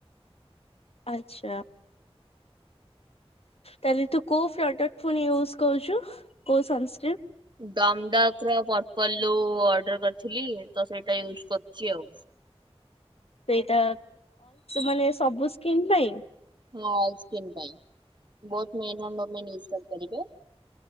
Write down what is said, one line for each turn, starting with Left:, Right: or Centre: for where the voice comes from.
Left: ଆଛା। ତାହେଲେ ତୁ କୋଉ ପ୍ରଡକ୍ଟ ଫୁଣି ୟୁଜ କରୁଛୁ କୋଉ ସନସ୍କ୍ରିନ୍?
Right: ଡମଡକ ର ପର୍ପଲ ର ଅର୍ଡର କରିଥିଲି ତ ସେଇଟା ୟୁଜ୍ କରୁଛି ଆଉ।
Left: ସେଇଟା ମାନେ ସବୁ ସ୍କିନ୍ ପାଇଁ?
Right: ଅଏଲ ସ୍କିନ୍ ପାଇଁ ଵୋଥ ମେନ ଔର ଓମେନ୍ ଇଉସ କରିପାରିବେ।